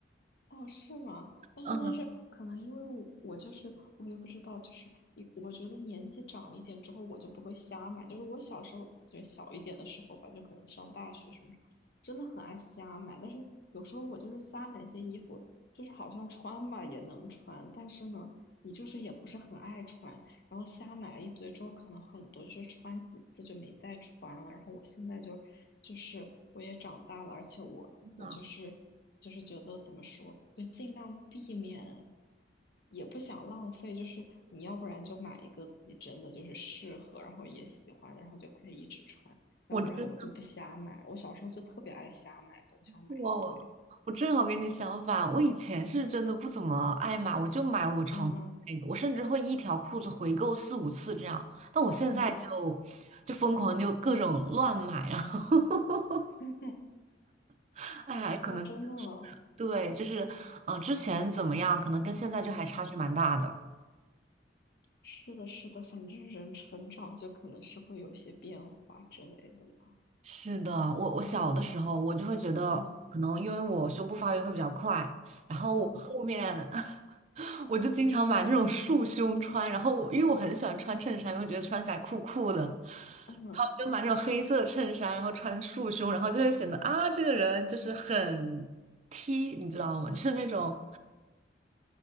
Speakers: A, on the left; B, on the right.
A: 哦，是吗？但是但是，
B: 嗯，
A: 可能因为我我就是我也不知道，就是一我觉得年纪长一点之后，我就不会瞎买。就是我小时候就小一点的时候吧，就可能上大学什么时候，真的很爱瞎买。但是有时候我就是瞎买一些衣服，就是好像穿吧也能穿，但是呢，你就是也不是很爱穿。然后瞎买了一堆之后，可能很多就穿几次就没再穿了。然后我现在就就是我也长大了，而且我。我就是就是觉得怎么说，
B: 真的
A: 就尽量避免，也不想浪费。就是你要不然就买一个自己真的就是适合，然后也喜欢的，然后就可以一直穿；要不然我就不瞎买。
B: 我这。
A: 我小时候就特别爱瞎买东西，然后买一堆。
B: 我我正好跟你相反，我以前是真的不怎么爱买，我就买我常穿的那个，
A: 嗯嗯
B: 我甚至会一条裤子回购四五次这样。但我现在就就疯狂就各种乱买，
A: 嗯，
B: 然后
A: <laughs>
B: <laughs> 哎，可能
A: 哦，真的吗？
B: 对，就是嗯、呃之前怎么样，可能跟现在就还差距蛮大的。
A: 是的，是的，反正人成长就可能是会有一些变化之类的嘛。
B: 是的，我我小的时候，我就会觉得，
A: 嗯
B: 可能因为我胸部发育得会比较快，然后我后面
A: 嗯
B: <laughs> 我就经常买那种束胸穿，然后我因为我很喜欢穿衬衫，因为觉得穿起来酷酷的，然
A: 嗯，
B: 后就买那种黑色衬衫，然后穿束胸，然后就会显得啊，这个人就是很 T，你知道吗？就是那种